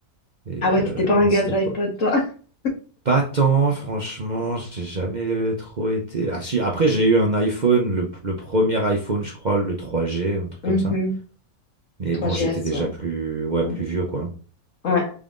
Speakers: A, on the right; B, on the left.
A: Et
B: Ah
A: euh,
B: ouais, t'étais pas un
A: bon,
B: gars
A: c'était
B: de l'iPod,
A: pas,
B: toi? <laughs>
A: pas tant, franchement, j'ai jamais euh, trop été. Ah si, après j'ai eu un iPhone, le, le premier iPhone, je crois, le 3G, un truc
B: Mhm.
A: comme ça. Mais
B: 3GS,
A: bon, j'étais déjà
B: ouais.
A: plus ouais,
B: Ouais,
A: plus vieux quoi,
B: ouais,